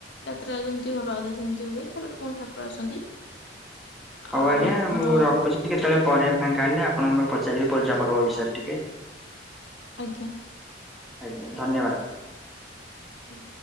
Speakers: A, on the left (about 70°); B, in the centre.
A: ଯାତ୍ରା ଯେମିତି ହବା କଥା ସେମିତି ହୁଏ। ତାପରେ ପୁଣି ଠାକୁର ଆସନ୍ତି।
B: ହଉ
A: ଆଉ
B: ଆଜ୍ଞା
A: ଆମର
B: ମୁଁ ରଖୁଛି କେତେବେଳେ ପରେ ଫାଙ୍କା ହେଲେ ଆପଣଙ୍କୁ ପଚାରିବି ପୂଜା ପର୍ବ ବିଷୟରେ ଟିକେ।
A: ଆଜ୍ଞା।
B: ଆଜ୍ଞା ଧନ୍ୟବାଦ।
A: ହୁଁ।